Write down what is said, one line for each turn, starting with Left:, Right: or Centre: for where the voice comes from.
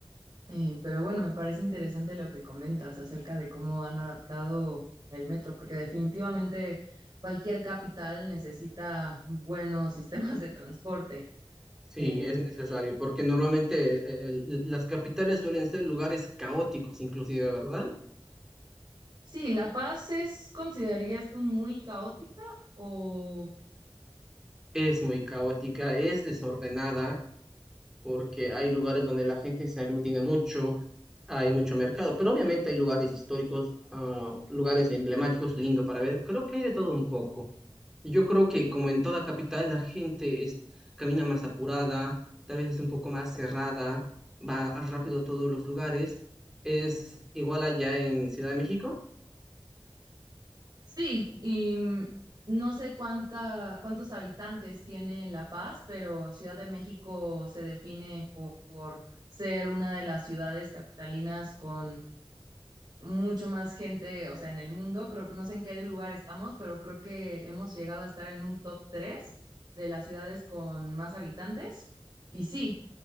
Right: eh, pero bueno, me parece interesante lo que comentas acerca de cómo han adaptado el metro, porque definitivamente cualquier capital necesita buenos <laughs> sistemas de transporte.
Centre: Sí,
Right: Em,
Centre: es necesario, porque normalmente eh, el- las capitales suelen ser lugares caóticos, inclusive, ¿verdad?
Right: Sí, La Paz es, ¿considerarías tú muy caótica o
Centre: Es muy caótica, es desordenada, porque hay lugares donde la gente se aglutina mucho, hay mucho mercado, pero obviamente hay lugares históricos, ah, lugares emblemáticos, lindo para ver. Creo que hay de todo un poco. Yo creo que como en toda capital, la gente es, camina más apurada, tal vez es un poco más cerrada, va rápido a todos los lugares. ¿Es igual allá en Ciudad de México?
Right: sí? Y mm, no sé cuánta, cuántos habitantes tiene La Paz, pero Ciudad de México se define por, por ser una de las ciudades capitalinas con mucho más gente, o sea, en el mundo, creo, no sé en qué lugar estamos, pero creo que hemos llegado a estar en un top 3 de las ciudades con más habitantes. Y sí,